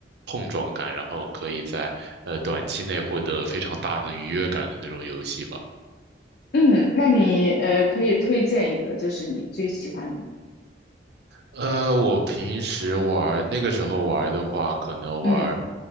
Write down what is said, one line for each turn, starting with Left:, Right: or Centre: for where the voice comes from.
Right: 碰撞感，然后可以在呃短期内获得非常大的愉悦感的那种游戏吧。
Left: 嗯，那你呃可以推荐一个，就是你最喜欢的吗。
Right: 呃，我平时玩，那个时候玩的话，可能玩
Left: 嗯